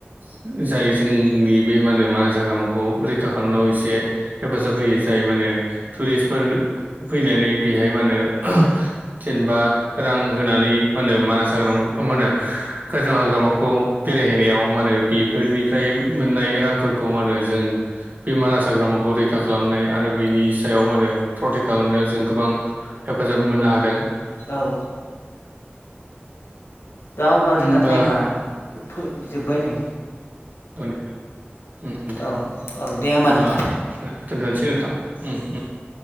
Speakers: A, on the right; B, on the left.
A: जाय जोंनि बे माने मानास हाग्रामाखौ रैखा खालामनायाव एसे हेफाजाब होयो जाय माने टरेसफोर फैनानै बेहाय मा होनो जेनेबा रां नानै मा होनो मासाग्राम' मा होनो खैजो हाग्रा म' खौ बेरायहैनायाव मा होनो बेफोरनिफ्राय मोननाय रांफोरखौ मा होनो जों बे हाग्रामाखौ रैखा खालामनाय आरो बिनि सायाव मा होनो प्रटेक्ट खालामनायाव जों गोबां हेफाजाब मोनो। मोननो हादों।
B: औ दा अब्ला
A: होमबा
B: जोंना टाइमा फै जोबबाय नै
A: <unintelligible> दोनथ'नोसै
B: औ औ दे होमबा नोंथां
A: नोंथां ओम ओम